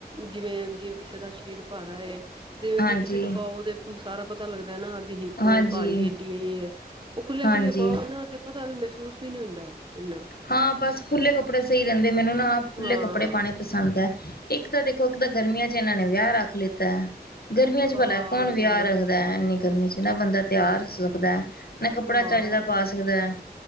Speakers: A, on the right (about 30°); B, on the left (about 65°).
A: ਜਿਵੇਂ-ਜਿਵੇਂ ਕਿਸੇ ਦਾ ਸਰੀਰ ਭਾਰਾ ਏ। ਤੇ
B: ਹਾਂਜੀ,
A: ਫਿੱਟ-ਫਿੱਟ ਪਾਓ ਤੇ ਸਾਰਾ ਪਤਾ ਲੱਗਦਾ ਨਾ ਬ ਹਿੱਪ
B: ਹਾਂਜੀ,
A: ਪਾੱਰੀ ਏਡੀਏ, ਓ ਖੁੱਲ੍ਹੇ-ਖੁੱਲੇ
B: ਹਾਂਜੀ।
A: ਪਾਓ ਨਾ ਤੇ ਪਤਾ ਵੀ ਮਹਿਸੂਸ ਵੀ ਨੀ ਹੁੰਦਾ। ਇੰਨਾ
B: ਹਾਂ, ਬਸ ਖੁੱਲੇ ਕੱਪੜੇ ਸਈ ਰੈਂਦੇ ਮੈਨੂੰ ਨਾ ਆਪ ਖੁੱਲੇ
A: ਹਾਂ
B: ਕੱਪੜੇ ਪਾਣੇ ਪਸੰਦ ਐ। ਇੱਕ ਇੱਕ ਤਾਂ ਦੇਖੋ ਇੱਕ ਤਾਂ ਗਰਮੀਆਂ ਚ ਐਨਾਂ ਨੇ ਵਿਆਹ ਰੱਖ ਲੀਤਾ ਗਰਮੀਆਂ ਚ
A: ਆਹ
B: ਪਲਾ ਕੌਣ ਵਿਆਹ
A: ਤੇ
B: ਰੱਖਦਾ ਇੰਨੀ ਗਰਮੀ ਚ ਨਾ ਬੰਦਾ ਤਿਆਰ ਹੋ ਸਕਦਾ, ਨਾ ਕਪੜਾ
A: ਹਾਂ
B: ਚੱਜ ਦਾ ਪਾ ਸਕਦਾ ਤੇ